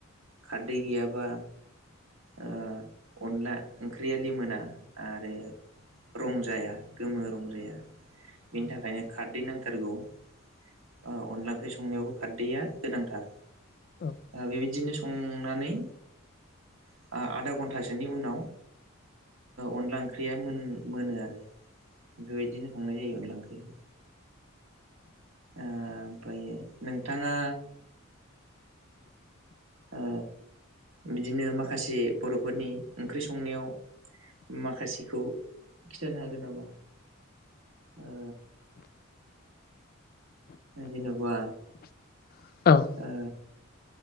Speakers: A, on the right; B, on the left.
A: खारदै गैयाबा ओ अनला ओंख्रिया लिमोना आरो रंजाया गोमो रंजाया बेनि थाखायनो खारदै नांथारगौ। ओ अनला ओंख्रि संनायावबो खारदैया गोनांथार।
B: उम
A: बेबायदिनो संनानै ओ आधा घन्टासोनि उनाव अनला ओंख्रिया मोनो आरो। बेबायदिनो हंनाय जायो अनला ओंख्रिखौ। ओ ओमफ्रायो नोंथाङा ओ बिदिनो माखासे बर'फोरनि ओंख्रि संनायाव माखासेखौ खिथानो हागोन नामा? ओ जेन'बा
B: औ औ
A: ओ